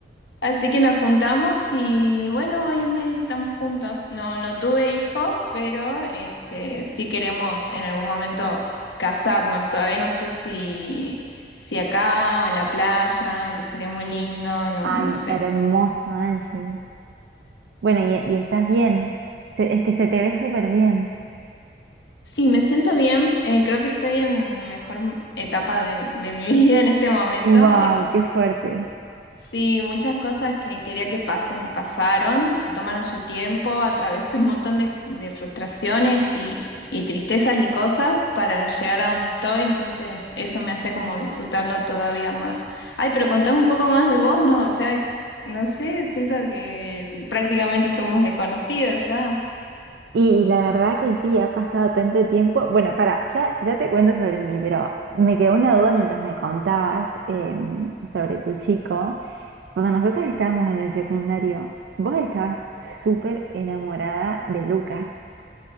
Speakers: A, on the left (about 80°); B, on the right (about 70°).
A: Así que nos juntamos y bueno, hoy en día estamos juntos. No, no tuve hijos, pero este, sí queremos en algún momento casarnos. Todavía no sé si, si acá o en la playa, que sería muy lindo, no,
B: Ay,
A: no sé.
B: hermoso, Angie. Bueno, y, y estás bien. Se- es que se te ve súper bien.
A: Sí, me siento bien. eh, creo que estoy en mejor etapa de, de mi <laughs> vida en este momento.
B: Wow,
A: Es
B: qué fuerte.
A: Sí, muchas cosas que quería que pasen, pasaron, se tomaron su tiempo, atravesé un montón de, de frustraciones y, y tristezas y cosas para llegar a donde estoy, entonces eso me hace como disfrutarlo todavía más. Ay, pero contame un poco más de vos, ¿no? O sea, no sé, siento que prácticamente somos desconocidas ya.
B: Y, la verdad que sí, ha pasado tanto tiempo. Bueno, para, ya, ya te cuento sobre mí, pero me quedó una duda mientras me contabas em, sobre tu chico. Cuando nosotros estábamos en el secundario, vos estabas súper enamorada de Lucas.